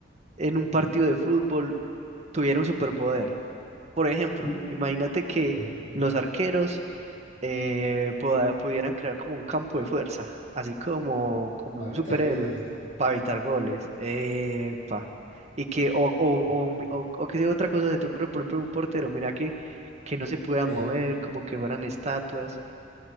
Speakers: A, on the right (about 35°); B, on the left (about 35°).
A: en un partido de fútbol tuviera un superpoder. Por ejemplo,
B: Uh,
A: imagínate que
B: ujú.
A: los arqueros eh, poda- pudieran crear como un campo de fuerza, así como, como
B: A
A: un
B: evitar
A: superhéroe,
B: goles, ¿no?
A: para evitar goles. Epa. Y que, o, o,
B: Sí.
A: o, mi- o, o que sea otra cosa se te ocurre, por ejemplo, un portero, mira que, que no se pueda
B: Mira,
A: mover, como que fueran estatuas.